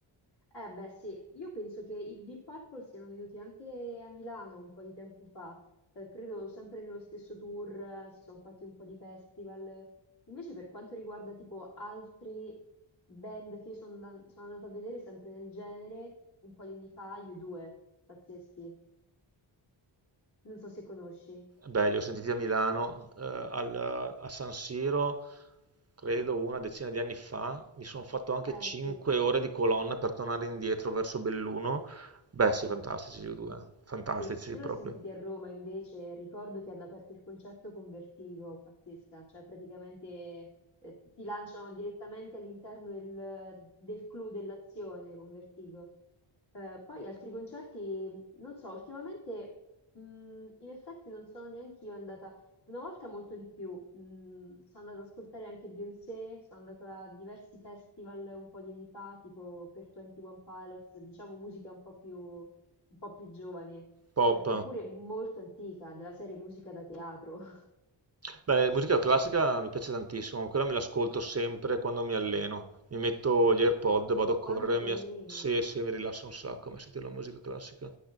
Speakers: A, on the left; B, on the right.
A: Eh beh sì, io penso che i Deep Purple siano venuti anche a Milano un po' di tempo fa, eh, credo sempre nello stesso tour, eh, si sono fatti un po' di festival. Invece per quanto riguarda tipo altri band che io sono andan- sono andata a vedere sempre nel genere, un po' di anni fa, U2, pazzeschi, non so se conosci.
B: Beh, li ho sentiti a Milano, eh, al- a San Siro, credo una decina di anni fa. Mi sono fatto anche
A: Eh
B: 5
A: sì.
B: ore di colonna per tornare indietro verso Belluno. Beh, sì, fantastici gli U2, fantastici
A: Sì, io
B: proprio.
A: l'ho sentiti a Roma invece, ricordo che hanno aperto il concerto con Vertigo, pazzesca, cioè praticamente eh, ti lanciano direttamente all'interno del, del clou dell'azione con Vertigo. Eh, poi altri concerti, non so, ultimamente mh, in effetti non sono neanche io andata, una volta molto di più, mh, sono andata ad ascoltare anche Beyoncé, sono andata a diversi festival un po' di anni fa, tipo per 21 Pilots, diciamo musica un po' più un po' più giovane,
B: Pop.
A: eh, oppure molto antica, della serie musica da teatro. <laughs>
B: Beh, musica classica mi piace tantissimo, quella me l'ascolto sempre quando mi alleno. Mi metto gli AirPod, vado a correre,
A: Quando ti
B: mi,
A: alleni?
B: as- se, se mi rilassa un sacco, ma sentire la musica classica.